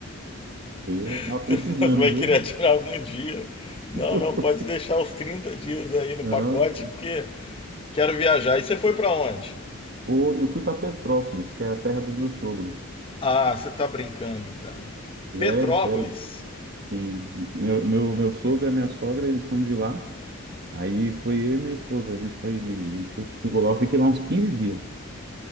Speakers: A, on the right; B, on the left.
A: E
B: <laughs>
A: tava precisando,
B: você vai querer
A: viu?
B: tirar algum dia. Não,
A: <laughs>
B: não, pode deixar os 30 dias aí no
A: Não.
B: pacote, porque quero viajar. E você foi para onde?
A: Ou eu fui para Petrópolis, que é a terra do meu sogro.
B: Ah, você tá brincando, cara.
A: Sério,
B: Petrópolis.
A: sério. Sim. Meu, meu, meu sogro e minha sogra, eles são de lá. Aí foi eu e minha esposa, a gente foi, a gente foi, ficou lá, eu fiquei lá uns quinze dias.